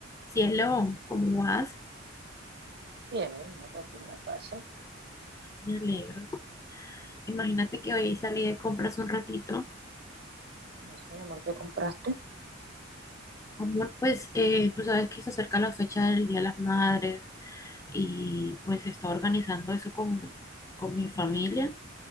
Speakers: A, on the left (about 15°); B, on the right (about 55°).
A: Cielo, ¿cómo vas?
B: Bien, mi amor, aquí en la casa.
A: Me alegro. Imagínate que hoy salí de compras un ratito.
B: Me Dice, mi amor, ¿qué compraste?
A: Amor, pues eh, tú sabes que se acerca la fecha del Día de las Madres y pues se está organizando eso con, con mi familia.